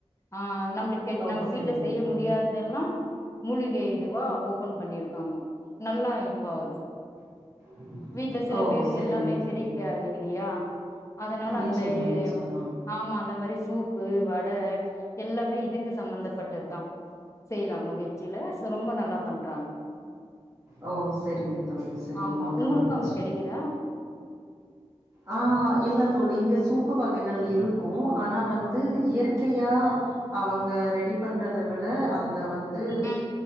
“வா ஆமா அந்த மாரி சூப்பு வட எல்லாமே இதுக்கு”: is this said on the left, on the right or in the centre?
Left